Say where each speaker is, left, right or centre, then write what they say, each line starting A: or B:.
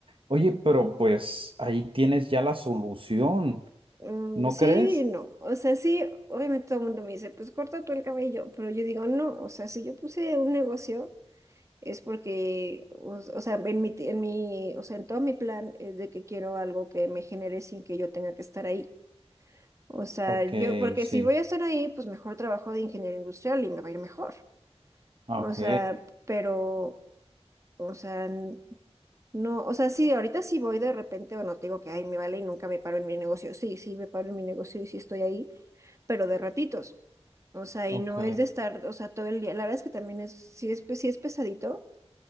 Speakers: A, on the right; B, on the right.
A: Oye, pero pues ahí tienes ya la solución,
B: Mm,
A: ¿no
B: sí
A: crees?
B: y no. O sea, sí, obviamente todo el mundo me dice, pues corta tú el cabello, pero yo digo, no, o sea, si yo puse un negocio es porque, o, o sea, en mi, en mi, o sea, en todo mi plan es de que quiero algo que me genere sin que yo tenga que estar ahí. O sea,
A: Ok,
B: yo, porque
A: sí,
B: si voy a estar ahí, pues mejor trabajo de ingeniero industrial y me va a ir mejor.
A: ok,
B: O sea, pero, o sea, no, o sea, sí, ahorita sí voy de repente, o no te digo que, ay, me vale y nunca me paro en mi negocio. Sí, sí, me paro en mi negocio y sí estoy ahí, pero de ratitos. O sea, y
A: ok.
B: no es de estar, o sea, todo el día. La verdad es que también es, sí es, pe- sí es pesadito,